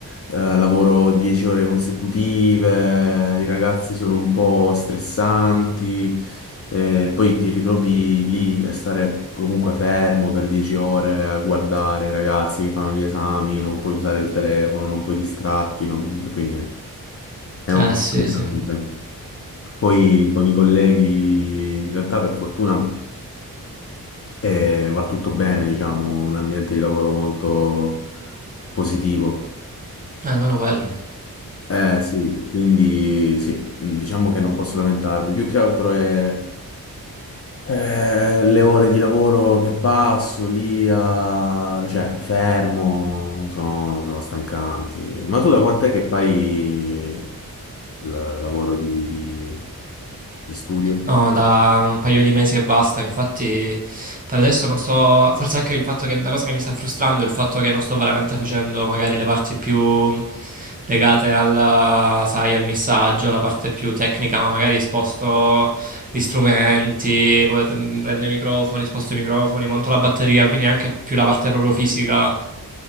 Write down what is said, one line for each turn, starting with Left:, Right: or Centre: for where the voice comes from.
Left: eh, lavoro 10 ore consecutive, i ragazzi sono un po' stressanti, eh, poi ti ritrovi lì a stare comunque fermo per 10 ore a guardare i ragazzi che fanno gli esami, non puoi usare il telefono, non puoi distrarti, non- quindi è un
Right: Eh
Left: po'
Right: sì,
Left: stancante.
Right: sì, Eh,
Left: Poi con i colleghi, in realtà per fortuna e va tutto bene, diciamo, un ambiente di lavoro molto positivo.
Right: almeno quello.
Left: Eh sì, quindi sì, mh, diciamo che non posso lamentarmi, più che altro è eh, le ore di lavoro che passo lì, a- cioè fermo, sono, sono stancanti. Ma tu da quant'è che fai il lavoro di, di- di studio?
Right: No, da un paio di mesi e basta, infatti per adesso non sto, forse anche il fatto che la cosa che mi sta frustrando è il fatto che non sto veramente facendo magari le parti più legate al, sai, al missaggio, la parte più tecnica, ma magari sposto gli strumenti, poi t- prendo i microfoni, sposto i microfoni, monto la batteria, quindi anche più la parte proprio fisica